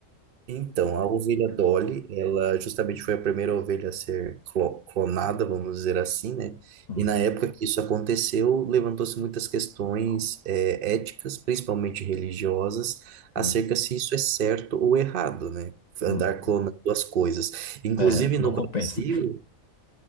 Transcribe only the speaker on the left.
Uhum,
uhum,
uhum.
É,
não compensa.